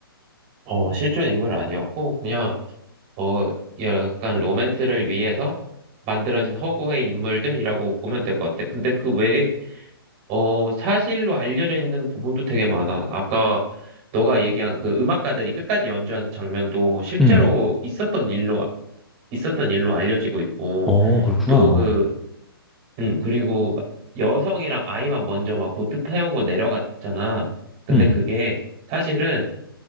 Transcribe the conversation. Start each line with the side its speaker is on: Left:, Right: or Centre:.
Right: 어, 실존 인물 아니었고 그냥 어 약간 로맨스를 위해서 만들어진 허구의 인물들이라고 보면 될 것 같아. 근데 그 외에 어, 사실로 알려져 있는 부분도 되게 많아. 아까 너가 얘기한 그 음악가들이 끝까지 연주한 장면도 실제로
Centre: 응.
Right: 있었던 일로, 있었던 일로 알려지고 있고,
Centre: 어, 그렇구나.
Right: 또
Centre: 어.
Right: 그, 음, 그리고 여성이랑 아이만 먼저 막 보트 태우고 내려갔잖아. 근데
Centre: 응.
Right: 그게 사실은